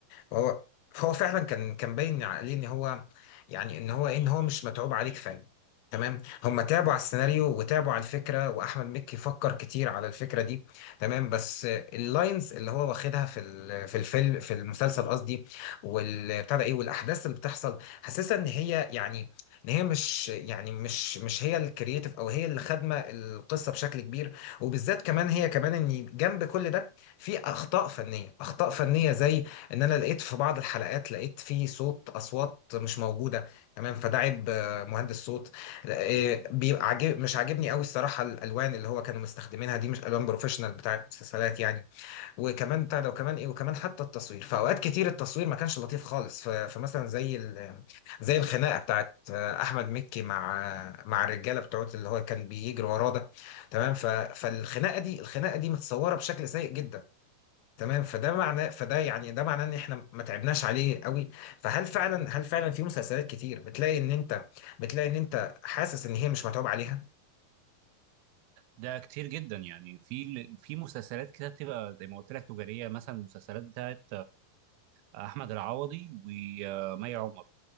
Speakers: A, on the left (about 85°); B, on the right (about 85°).
A: فهو فهو فعلا كان كان باين عليه ان هو يعني ان هو إيه؟ ان هو مش متعوب عليه كفايه تمام هم تعبوا على السيناريو وتعبوا على الفكره واحمد مكي فكر كتير على الفكره دي تمام بس اللاينز اللي هو واخدها في ال- في الفيلم في المسلسل قصدي والبتاع ده ايه والاحداث اللي بتحصل حاسسها ان هي يعني ان هي مش يعني مش مش هي الكرييتيف او هي اللي خادمه القصه بشكل كبير وبالذات كمان هي كمان ان جنب كل ده في اخطاء فنيه اخطاء فنيه زي ان انا لقيت في بعض الحلقات لقيت في صوت اصوات مش موجوده تمام فده عيب آه، مهندس صوت آه، بيبقى عاجب مش عاجبني قوي الصراحه الالوان اللي هو كانوا مستخدمينها دي مش الوان بروفيشنال بتاع المسلسلات يعني وكمان بتاع ده وكمان ايه وكمان حتى التصوير فاوقات كتير التصوير ما كانش لطيف خالص ف- فمثلا زي ال- زي الخناقه بتاعت آه، احمد مكي مع آه، مع الرجاله بتوعت اللي هو كان بيجري وراه ده تمام ف- فالخناقه دي الخناقه دي متصوره بشكل سيء جدا تمام فده معناه فده يعني ده معناه ان احنا ما تعبناش عليه قوي فهل فعلا هل فعلا في مسلسلات كتير بتلاقي ان انت بتلاقي ان انت حاسس ان هي مش متعوب عليها
B: ده كتير جدا يعني في في مسلسلات كده بتبقى زي ما قلت لك تجاريه مثلا المسلسلات بتاعت احمد العوضي ومي عمر